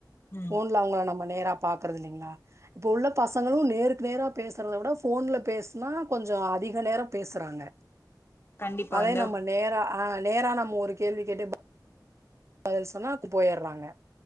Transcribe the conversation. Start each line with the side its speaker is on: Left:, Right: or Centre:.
Left: ம்
Right: ஃபோன்ல அவங்கள நம்ம நேரா பாக்கறது இல்லிங்களா இப்ப உள்ள பசங்களு நேருக்கு நேரா பேசறத விட ஃபோ ஃபோன்ல பேசுனா கொஞ்ச அதி நேரம் பேசுறாங்க
Left: கண்டிப்பா
Right: அதே
Left: இந்த
Right: நம்ம நேரா ஆ நேரா நம்ம ஒரு கேள்வி கேட்டு ப பதில் சொன்னா போயர்றாங்க